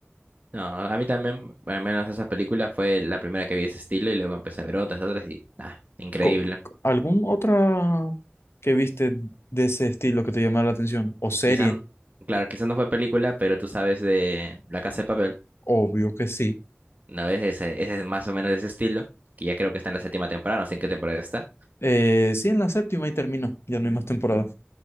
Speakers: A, on the right; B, on the left.
A: No, a mí también, bueno, al menos esa película fue la primera que vi de ese estilo y luego empecé a ver otras, otras y, ah, increíble.
B: Co- ¿Algún otra que viste de ese estilo que te llamara la atención? ¿O serie?
A: Quizás, claro, quizás no fue película, pero tú sabes de La Casa de Papel,
B: Obvio que sí.
A: ¿no? Es ese, ese es más o menos de ese estilo, que ya creo que está en la séptima temporada, no sé en qué temporada está.
B: Eh, sí, en la séptima y terminó. Ya no hay más temporada.